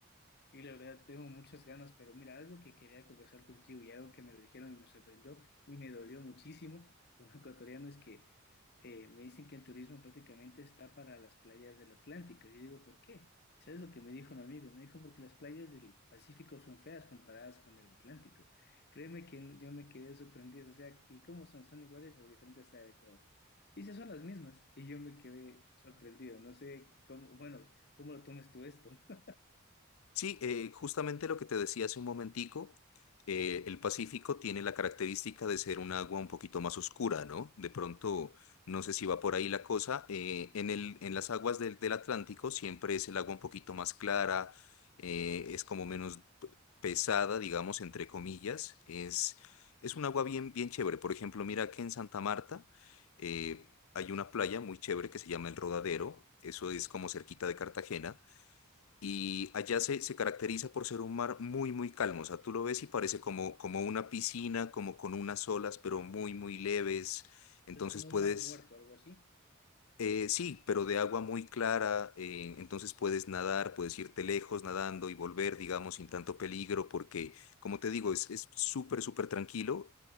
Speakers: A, on the left; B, on the left.
A: Y la verdad, tengo muchas ganas, pero mira, algo que quería conversar contigo y algo que me lo dijeron y me sorprendió y me dolió muchísimo como <laughs> ecuatoriano es que eh, me dicen que el turismo prácticamente está para las playas del Atlántico. Yo digo, ¿por qué? ¿Sabes lo que me dijo un amigo? Me dijo, porque las playas del Pacífico son feas comparadas con el Atlántico. Créeme que no- yo me quedé sorprendido. O sea, ¿y cómo son? ¿Son iguales o diferentes a Ecuador? Dice, son las mismas. Y yo me quedé sorprendido. No sé cómo, bueno, ¿cómo lo tomes tú esto? <laughs>
B: Sí, eh, justamente lo que te decía hace un momentico, eh, el Pacífico tiene la característica de ser un agua un poquito más oscura, ¿no? De pronto, no sé si va por ahí la cosa, eh, en el,
A: ¿Ok?
B: en las aguas del, del Atlántico siempre es el agua un poquito más clara, eh, es como menos p- pesada, digamos, entre comillas, es, es un agua bien, bien chévere. Por ejemplo, mira que en Santa Marta eh, hay una playa muy chévere que se llama El Rodadero, eso es como cerquita de Cartagena. Y allá se, se caracteriza por ser un mar muy, muy calmo. O sea, tú lo ves y parece como, como una piscina, como con unas olas, pero muy, muy leves. Entonces
A: Es como
B: puedes,
A: un mar muerto, algo así.
B: eh, sí, pero de agua muy clara, eh, entonces puedes nadar, puedes irte lejos nadando y volver, digamos, sin tanto peligro, porque, como te digo, es, es súper, súper tranquilo.